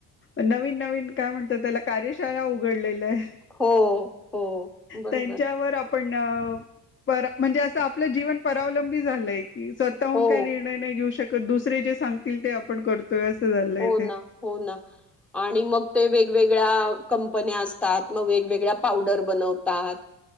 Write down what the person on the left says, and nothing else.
नवीन नवीन काय म्हणतो त्याला कार्यशाळा उघडलेल्या ये.
त्यांच्यावर आपण अ पर म्हणजे असं आपलं जीवन परावलंबी झालंय. की स्वतःहून
कायं निर्णय नाही घेऊ शकत दुसरे जे सांगतील ते आपण करतोय असं झालंयं
ते